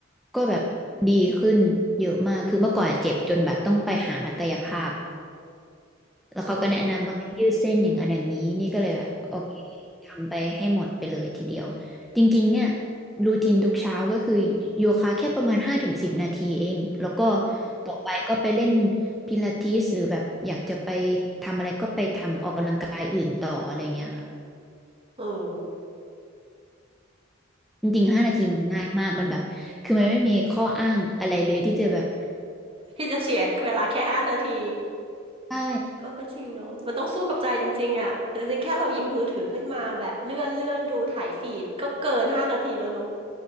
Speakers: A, in the centre; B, on the right.
A: ก็แบบดีขึ้นเยอะมากคือเมื่อก่อนเจ็บจนแบบต้องไปหานักกายภาพ แล้วเขาก็แนะนำว่าให้ยืดเส้นอย่างนั้นอย่างนี้นี่ก็เลยแบบโอเค
B: อือหืออ๋อ
A: ทำไปให้หมดไปเลยทีเดียวจริงๆเนี่ยรูทีนทุกเช้าก็คือโยคะแค่ประมาณห้าถึงสิบนาทีเองแล้วก็
B: อืม
A: ต่อไปก็ไปเล่นพิลาทิสหรือแบบอยากจะไปทำอะไรก็ไปทำออกกำลังกายอื่นต่ออะไรเงี้ยค่ะ
B: เออ <laughs>
A: จริงๆห้านาทีมันง่ายมากมันแบบคือมันไม่มีข้ออ้างอะไรเลยที่จะแบบ
B: ที่จะเสียเวลาแค่ห้านาที
A: ใช่
B: เออก็จริงเนอะมันต้องสู้กับใจจริงๆอ่ะแต่จริงๆแค่เราหยิบมือถือขึ้นมาแบบเลื่อนเลื่อนดูถ่ายฟีดก็เกินห้านาทีแล้วเนอะ